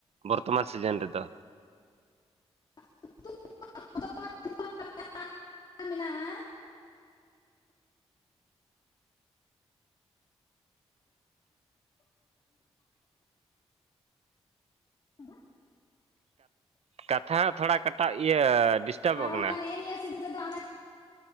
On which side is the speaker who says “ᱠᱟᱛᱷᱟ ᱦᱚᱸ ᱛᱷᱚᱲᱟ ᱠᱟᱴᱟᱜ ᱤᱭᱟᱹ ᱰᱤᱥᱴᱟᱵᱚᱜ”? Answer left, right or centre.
Right